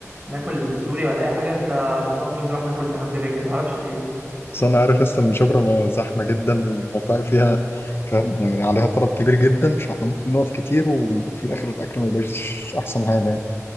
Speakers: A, on the right; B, on the left.
A: ناكل سوري ولا اي حاجه انت مصمم نروح ناكل عند بيج معرفش ليه
B: بس انا عارف لسه ان شبرا ما- زحمه جدا والمطاعم فيها فاهم يعني عليها طلب كبير جدا فاحنا ممكن نقف كتير وفي الاخر الاكل ما يبقاش احسن حاجه يعني